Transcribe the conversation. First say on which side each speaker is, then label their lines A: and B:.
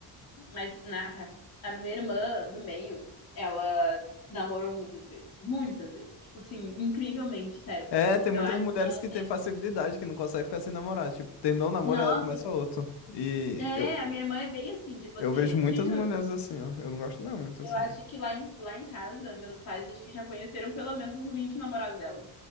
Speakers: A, on the left; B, on the left.
A: Mas, Nata, a minha irmã do meio, ela namorou muitas vezes. Muitas vezes. Tipo assim, incrivelmente, sério.
B: É, tem
A: Tipo,
B: muitas
A: eu acho
B: mulheres
A: que ela.
B: que têm facilidade, que não conseguem ficar sem namorar. Tipo, terminou o namoro,
A: Nossa,
B: ela começa outro. E
A: é,
B: eu,
A: a minha irmã é bem assim, tipo
B: eu
A: assim,
B: vejo muitas
A: te juro.
B: mulheres assim, ó. Eu não gosto não muito
A: Eu
B: assim.
A: acho que lá em, lá em casa, meus pais acho que já conheceram pelo menos uns 20 namorados dela.